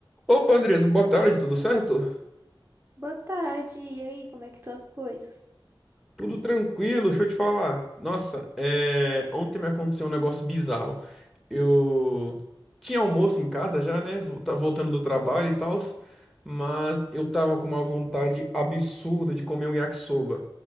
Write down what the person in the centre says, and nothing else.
Opa, Andresa, boa tarde, tudo certo?
Tudo tranquilo, deixa eu te falar. Nossa, é, ontem me aconteceu um negócio bizarro. Eu tinha almoço em casa já, né? vol- tá- Voltando do trabalho e tal, mas eu tava com uma vontade absurda de comer um yakisoba.